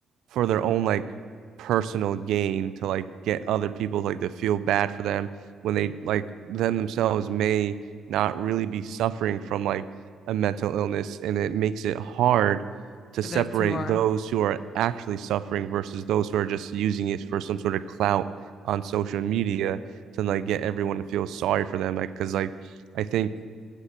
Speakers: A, on the right (about 80°); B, on the left (about 45°).
A: for their own like personal gain to like get other people like to feel bad for them when they like them themselves may not really be suffering from like a mental illness and it makes it hard to
B: For
A: separate
B: those who are,
A: those who are actually suffering versus those who are just using it for some sort of clout on social media to like get everyone to feel sorry for them. Like, cause like I think